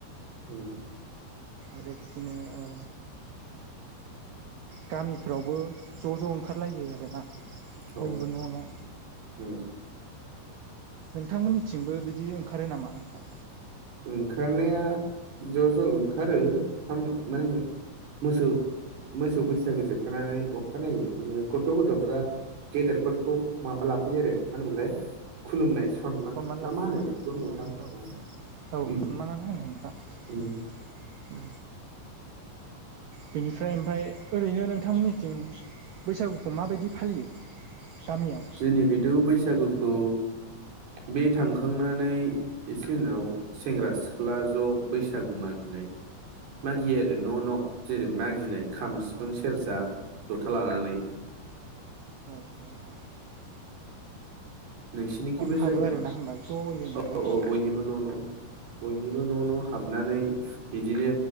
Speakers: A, on the right; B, on the right.
A: हम
B: आरो बिदिनो ओ गामिफ्रावबो ज' ज' ओंखारलायो आरोना बयनिबो
A: औ
B: न' न'
A: उम
B: नोंथांमोननिथिंबो बिदि ओंखारो नामा नोंथां?
A: ओंखारनाया ज' ज' ओंखारो मा होनो मोसौ मोसौ बैसागो जोबखांनानै अखानायै माने गथ' गथ'फ्रा गेदेरफोरखौ माबा लाफैयो आरो मानो होनोमोनलाय खुलुमनाय खनमान
B: सनमान
A: ना
B: लाफैयो
A: मा होनो
B: माने
A: बिदिखौ नोंथां।
B: औ औ
A: उम
B: औ सनमानानो होनो नोंथां
A: उम
B: बेनिफ्राय ओमफ्राय ओरैनो नोंथांमोननिथिं बैसागुखौ माबायदि फालियो गामियाव
A: जोंनिफ्रायथ' बैसागुखौ बे थांखांनानै एसे उनाव सेंग्रा सिख्ला ज' बैसागु मागियो मागियो आरो न' न' जेरै मागिनाय खाम, सिफुं,
B: औ
A: सेरजा, जथा लानानै
B: द <unintelligible>
A: नोंसिनिखिबो
B: हाबो
A: जायो नामा
B: आरोना होमबा ज'यैनो
A: औ
B: नोंथां
A: औ बयनिबो न' न' बयनिबो न' न' हाबनानै बिदिनो